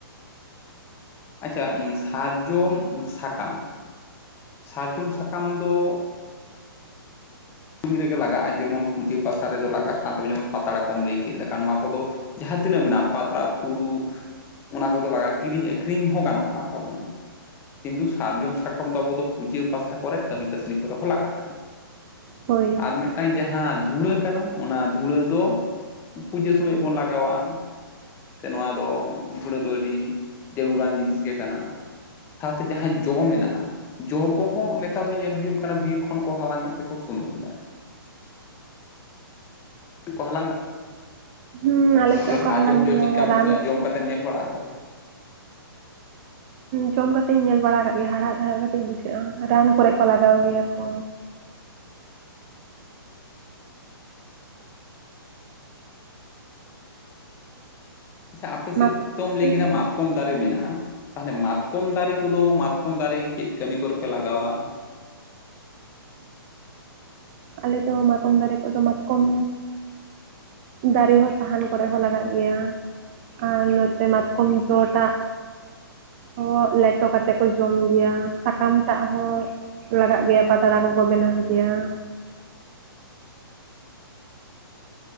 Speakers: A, on the left (about 20°); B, on the right (about 30°).
A: ᱟᱪᱪᱷᱟ ᱥᱟᱨᱡᱚᱢ ᱥᱟᱠᱟᱢ ᱥᱟᱨᱡᱚᱢ ᱥᱟᱠᱟᱢ ᱫᱚ ᱠᱟ. ᱢᱤ ᱨᱮᱜᱮ ᱞᱟᱜᱟᱜᱼᱟ᱾ ᱡᱮᱢᱚᱱ ᱯᱩᱡᱟᱹ ᱯᱟᱥᱟ ᱨᱮᱫᱚ ᱞᱟᱜᱟᱜ ᱠᱟᱱ ᱛᱟᱵᱚ ᱾ᱡᱮᱢᱚᱱ ᱯᱟᱛᱲᱟ ᱠᱚᱢ ᱞᱟᱹᱭ ᱠᱮᱫ ᱞᱮᱠᱟ ᱱᱚᱣᱟ ᱠᱚᱼᱫᱚ ᱡᱟᱦᱟᱸ ᱛᱤᱱᱟᱹᱜ ᱢᱮᱱᱟᱜᱼᱟ᱾ ᱯᱟᱛᱲᱟ ᱯᱷᱩᱲᱩᱜ ᱚᱱᱟ ᱠᱚᱼᱫᱚ ᱞᱟᱜᱟᱜᱼᱟ ᱾ᱠᱤᱨᱤᱧ ᱟᱹᱷᱨᱤᱧ ᱦᱚᱸ ᱜᱟᱱᱚᱜ ᱠᱟᱱ ᱛᱟᱵᱚᱱᱟ ᱾ ᱠᱤᱱᱛᱩ ᱥᱟᱨᱡᱚᱢ ᱥᱟᱠᱟᱢ ᱫᱚ ᱟᱵᱚ ᱫᱚ ᱯᱩᱡᱟᱹ ᱯᱟᱥᱟ ᱠᱚᱨᱮ ᱠᱟᱹᱢᱤ ᱠᱟᱹᱥᱱᱤ ᱠᱚᱨᱮ ᱦᱚᱸ ᱞᱟᱜᱟᱜ ᱠᱟᱱᱟ ᱾
B: ᱦᱳᱭ᱾
A: ᱟᱨ ᱢᱤᱫᱴᱮᱱ ᱢᱤᱫᱴᱟᱝ ᱡᱟᱦᱟᱸ ᱫᱷᱽᱩᱲᱟᱹ ᱠᱟᱱᱟ ᱚᱱᱟ ᱫᱷᱽᱩᱲᱟᱹ ᱫᱚ ᱯᱩᱡᱟᱹ ᱥᱚᱢᱚᱭ ᱵᱚᱱ ᱞᱟᱜᱟᱣᱟ ᱾ ᱥᱮ ᱱᱚᱣᱟ ᱫᱚ ᱫᱷᱽᱩᱲᱟᱹ ᱫᱚ ᱟᱹᱰᱤ ᱡᱟᱹᱨᱩᱲᱟᱱ ᱡᱤᱱᱤᱥ ᱜᱮ ᱠᱟᱱᱟ ᱾ ᱥᱟᱶᱛᱮ ᱡᱟᱦᱟᱸ ᱡᱚ ᱢᱮᱱᱟᱜᱼᱟ ᱾ ᱡᱚ ᱠᱚᱼᱦᱚᱸ ᱱᱮᱛᱟᱨ ᱫᱚ ᱧᱮᱞ ᱦᱩᱭᱩᱜ ᱠᱟᱱᱟ᱾ ᱵᱤᱨ ᱠᱷᱚᱱ ᱠᱚ ᱦᱟᱞᱟᱝ ᱮᱫ ᱛᱮᱠᱚ ᱥᱩᱱᱩᱢ ᱮᱫᱟ ᱾ ᱠᱚ ᱦᱟᱞᱟᱝ ᱮᱫᱟ
B: ᱦᱩᱸ, ᱟᱞᱮ ᱥᱮᱫ
A: ᱥᱮ
B: ᱦᱚᱸᱠᱚ
A: ᱥᱟᱨᱡᱚᱢ
B: ᱦᱟᱞᱟᱝ ᱜᱮᱭᱟ
A: ᱡᱚ ᱪᱮᱫᱞᱮᱠᱟ
B: ᱨᱟᱱ
A: ᱵᱩᱡᱷᱟᱹᱜᱼᱟ ᱾ ᱡᱚᱢ ᱠᱟᱛᱮᱢ ᱧᱮᱞ ᱵᱟᱲᱟ ᱟᱠᱟᱫᱟ ᱾
B: ᱡᱚᱢ ᱠᱟᱛᱮ ᱤᱧ ᱧᱮᱞ ᱵᱟᱲᱟ ᱠᱟᱜ ᱜᱮᱭᱟ ᱦᱟᱲᱦᱟᱫ ᱦᱟᱲᱦᱟᱫ ᱠᱟᱹᱴᱤᱡ ᱵᱩᱡᱷᱟᱹᱜᱼᱟ, ᱨᱟᱱ ᱠᱚᱨᱮᱜ ᱠᱚ ᱞᱟᱜᱟᱣ ᱜᱮᱭᱟ ᱠᱚ᱾
A: ᱟᱪᱪᱷᱟ ᱟᱯᱮ
B: ᱢᱟᱛᱠᱚᱢ
A: ᱥᱮᱫ ᱛᱚᱢ ᱞᱟᱹᱭ
B: ᱫᱟᱨᱮ
A: ᱠᱮᱫᱟ
B: ᱠᱚᱨᱮ
A: ᱢᱟᱛ ᱠᱚᱢ ᱫᱟᱨᱮ ᱢᱮᱱᱟᱜᱼᱟ, ᱛᱟᱦᱚᱞᱮ ᱢᱟᱛᱠᱚᱢ ᱫᱟᱨᱮ ᱠᱚᱫᱚ ᱢᱟᱛᱠᱚᱢ ᱫᱟᱨᱮ ᱪᱮᱫ ᱠᱟᱹᱢᱤ ᱠᱚᱨᱮ ᱯᱮ ᱞᱟᱜᱟᱣᱟ?
B: ᱟᱞᱮ ᱫᱚ ᱢᱟᱛᱠᱚᱢ ᱫᱟᱨᱮ ᱠᱚᱫᱚ ᱢᱟᱛᱠᱚᱢ ᱫᱟᱨᱮ ᱦᱚᱸ ᱥᱟᱦᱟᱱ ᱠᱚᱨᱮ ᱦᱚᱸ ᱞᱟᱜᱟᱜ ᱜᱮᱭᱟ᱾ ᱟᱨ ᱱᱚᱛᱮ ᱢᱟᱛᱠᱚᱢ ᱡᱚᱼᱴᱟᱜ ᱦᱚᱸ ᱞᱮᱴᱚ ᱠᱟᱛᱮᱜ ᱠᱚ ᱡᱚᱢ ᱜᱮᱭᱟ, ᱥᱟᱠᱟᱢ ᱴᱟᱜ ᱦᱚᱸ ᱞᱟᱜᱟᱜ ᱜᱮᱭᱟ, ᱯᱟᱛᱲᱟ ᱠᱚᱠᱚ ᱵᱮᱱᱟᱣ ᱜᱮᱭᱟ ᱾